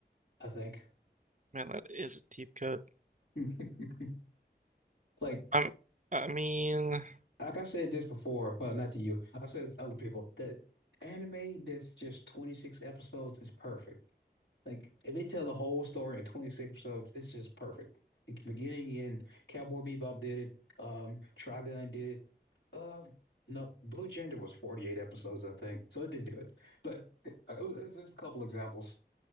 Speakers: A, on the left; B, on the right.
A: I think.
B: Man, that is a deep cut.
A: <laughs> Like
B: I'm, I mean,
A: like I said this before, well, not to you. I've said this to other people that anime that's just 26 episodes is perfect. Like if they tell the whole story in 26 episodes, it's just perfect. The beginning and Cowboy Bebop did it. Um, Trigun did it. Uh, no, Blue Gender was 48 episodes, I think, so it didn't do it. But uh, it was, it's just a couple examples.